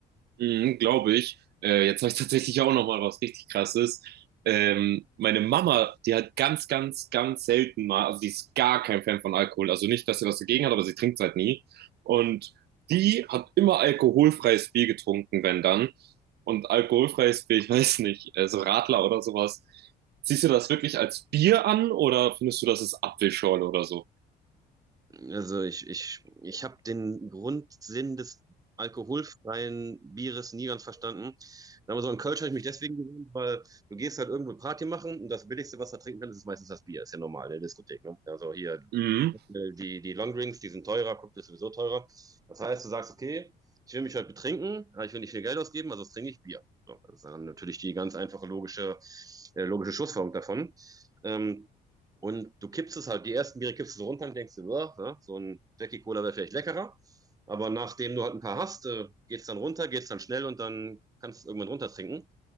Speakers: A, on the right (about 75°); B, on the right (about 20°).
A: Mhm, glaube ich. Äh, jetzt habe ich tatsächlich auch noch mal was richtig Krasses. Ähm, meine Mama, die hat ganz, ganz, ganz selten mal, also die ist gar kein Fan von Alkohol. Also nicht, dass sie was dagegen hat, aber sie trinkt es halt nie. Und die hat immer alkoholfreies Bier getrunken, wenn dann. Und alkoholfreies Bier, ich weiß nicht, äh, so Radler oder sowas. Siehst du das wirklich als Bier an oder findest du, das ist Apfelschorle oder so?
B: Also ich, ich, ich habe den Grundsinn des alkoholfreien Bieres nie ganz verstanden. Sagen wir so, in Kölsch habe ich mich deswegen gewöhnt, weil du gehst halt irgendwo Party machen und das Billigste, was du da trinken kannst, ist meistens das Bier. Ist ja normal in der Diskothek. Ne? Also hier
A: mhm
B: die, die Longdrinks, die sind teurer, Cocktail ist sowieso teurer. Das heißt, du sagst, okay, ich will mich heute betrinken, aber ich will nicht viel Geld ausgeben, also trinke ich Bier. So, das ist dann natürlich die ganz einfache logische, äh, logische Schlussfolgerung davon. Ähm, und du kippst es halt, die ersten Biere kippst du so runter und denkst dir, ja, so ein Jackie Cola wäre vielleicht leckerer. Aber nachdem du halt ein paar hast, äh, geht's dann runter, geht's dann schnell und dann kannst du es irgendwann runtertrinken.